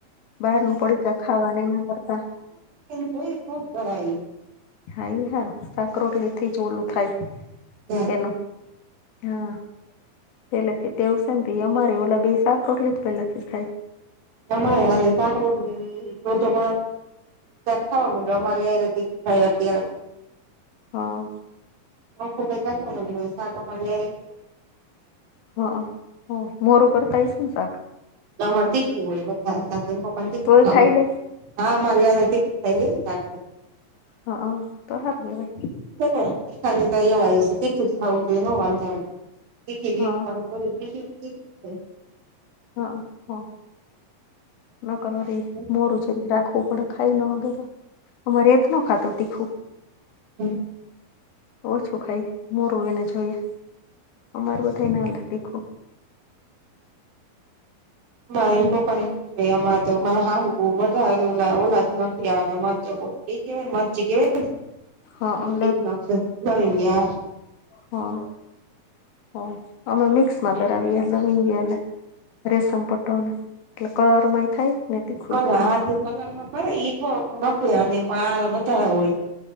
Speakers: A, on the left (about 85°); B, on the right (about 75°).
A: બહાર નું પડીકા ખાવાને એના કરતા
B: જોઈએ તોજ ધરાય.
A: હા ઇ હા શાક રોટલીથી જ ઓલું થાય.
B: હા.
A: એનું હા. પેલેથી ટેવ સે ને તી અમારે ઓલા બે શાક રોટલી જ પેલેથીજ ખાય.
B: અમારે હાલે શાક રોટલી. ન કસા ખાવવા મ અમા ત <unintelligible>
A: હા.
B: આમ તો કઈ ખાતું નથી વળી શાક અમારી હાઈરે
A: હા અ મોરું કરતા હઇસો ને શાક.
B: ના અમાર તીખું હોય વધારે કારણ કે એના પપ્પા ને તીખું
A: તોય
B: ખાવુ
A: ખાઈ
B: હોય.
A: લે
B: હા અમારી હાઈરે તીખું ખાઈ લે ને શાક તો.
A: હ અ તો હારુ કહેવાય.
B: <unintelligible> તીખું જ ખાવું જોઈએ નો વાંધો આવે. એ કે બે
A: હા
B: ફોન કરુ ટિફિન ફિનિશ થાય.
A: હા અ ફોન મે કરું રી.
B: હમ્મ.
A: મોરું જેરીકે રાખવું પડે ખાઈ ન હકે તો આમરે હેત નો ખાતો તીખું.
B: હમ
A: ઓછું ખાઈ મોરું એને જોઈએ અમારું બ થાય ના તીખું
B: હ એ પ આમાં તો હું બારે ઓલા જ નથી આવે મરચ એ કેવાય મરચી કેવા
A: હા
B: એ નવનયાર
A: હા હ અમે મિક્સમાં ધરાવીએ એટલે ભઈ ગયા ને રેશમ પટોનું એટલે કલર માંય થાય ને તીખુંય
B: કલર
A: થાય
B: આ
A: એમ.
B: કલરમાં કરે એ થોડ નક અને પણ આ વધારે હોય